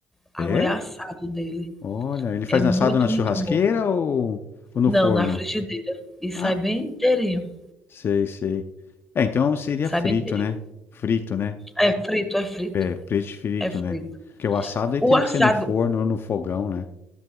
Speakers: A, in the centre; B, on the left.
A: Agora
B: É?
A: é assado dele.
B: Olha, ele faz
A: É muito,
B: assado na churrasqueira
A: muito bom.
B: ou, ou no
A: Não,
B: forno?
A: na frigideira. E sai
B: Ah,
A: bem inteirinho.
B: sei, sei. É, então seria
A: Sai
B: frito,
A: bem inteirinho.
B: né? Frito, né?
A: É frito, é frito.
B: É, preto frito,
A: É frito.
B: né? Porque o assado aí
A: O
B: teria
A: assado
B: que ser no forno ou no fogão, né?